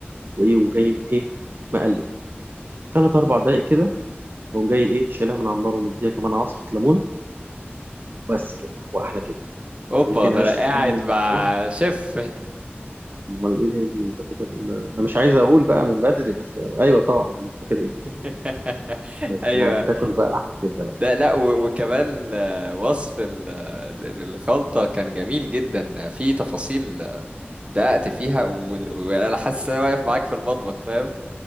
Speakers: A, on the right; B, on the right.
A: وايه وجاي ايه مقلب تلات اربع دقايق كده قوم جاي ايه شايلها من على النار ومديها كمان عصرة ليمون بس كده واحلى كده
B: اوبا
A: ورغيفين
B: ده
A: عيش
B: انا قاعد
A: سخنين من
B: مع
A: الفرن.
B: شيف
A: امال ايه من فاكر انا مش عايز اقول بقى من بدري بس ايوه طبعا من فاكر ايه
B: <laughs>
A: بس
B: ايوه
A: هتاكل بقى احلى كده بقى
B: ده لا و- وكمان آه، وصف ال- ال- ال- الخلطه كان جميل جدا في تفاصيل آه، دققت فيها وال- وانا حاسس ان انا واقف معاك في المطبخ فاهم